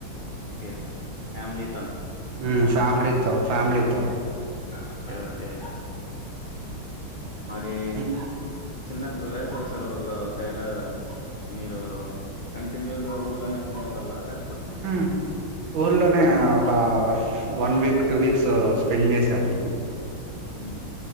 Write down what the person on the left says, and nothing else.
ఓకే ఫ్యామిలీ
ఓకే ఓకే మరి
చిన్నప్పుడు వేసవి సెలవుల్లో అంత ఎలా మీరు కంటిన్యూస్ గా ఊర్లోనే ఉండే వాళ్ళ లే
ఉ